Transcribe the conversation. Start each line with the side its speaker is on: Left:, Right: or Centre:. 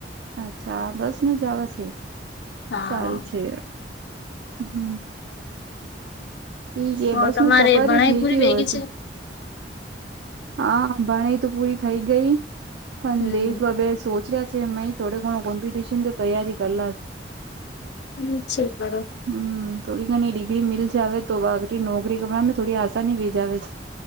Right: અચ્છા બસ નું જવા છે
Left: હા
Right: સારું છે હમ. ઠીક એ બસ
Left: ઓર તમારે
Right: નું સફર
Left: ભણાઈ
Right: ઠીક
Left: પૂરી વેગી
Right: હોય છે હા ભણાઈ તો પૂરી થઈ ગઈ પણ
Left: હમ
Right: દેકલો બે સોચ રહ્યા છે. થોડો ઘણો કોમ્પિટિશનની તૈયારી કરલા
Left: હ છે સરો.
Right: હમ થોડી ઘણી ડિગ્રી મિલ જાવ તો બાગ નોકરી કરવા થોડી આસાની ભીજ આવે છે.